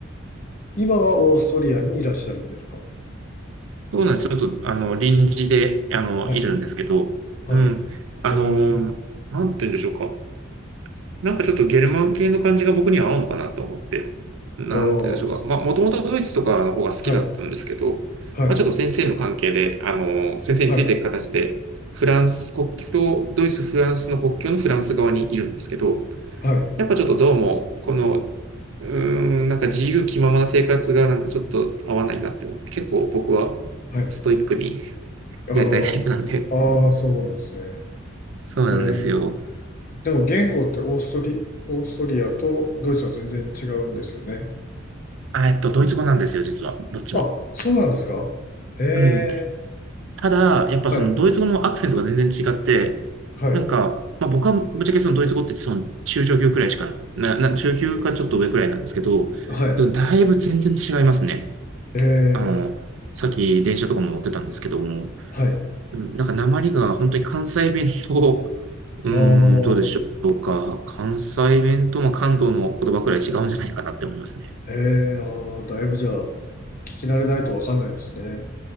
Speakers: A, on the left; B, on the right.
A: 今はオーストリアにいらっしゃるんですか
B: そうなんです。ちょっと、あの、臨時で、あの、
A: はい、
B: いるんですけど、
A: はい。
B: うん。あの、
A: おー、
B: なんて言うんでしょうか。なんかちょっとゲルマン系の感じが僕には合うのかなと思って、なんて言うんでしょうか。
A: ああ、
B: まあ、もともとドイツとかの方が好きだったんですけど、
A: はい、はい、
B: まあ、ちょっと先生の関係で、あの、先生についていく形で、
A: はい、
B: フランス国境、ドイツ、フランスの国境のフランス側にいるんですけど、
A: はい、
B: やっぱちょっとどうも、この、うーん、なんか自由気ままな生活がなんかちょっと合わないなって思って、結構僕はストイックに
A: はい。あ
B: やりたいタイプなんで。
A: あ、ああ、そうなんですね。
B: そうなんですよ。
A: へえ。でも言語ってオーストリ、オーストリアとドイツは全然違うんですよね。
B: あ、えっと、ドイツ語なんですよ、実は。どっちも。
A: あ、そうなんですかへえ、
B: うん。ただ、やっぱそのドイツ語のアクセントが全然違って、
A: はい、はい、
B: なんか、まあ、僕はぶっちゃけそのドイツ語ってその中上級くらいしかな、な、中級かちょっと上くらいなんですけど、
A: はい、
B: でもだいぶ全然違いますね。
A: ええ、
B: あの、さっき電車とかも乗ってたんですけども、
A: はい。
B: うん、なんか訛りが本当に関西弁と、<laughs> うん、
A: ああ、
B: どうでしょうか。関西弁とまあ関東の言葉くらい違うんじゃないかなって思いますね。
A: ええ、ああ、だいぶじゃあ、聞き慣れないとわかんないですね。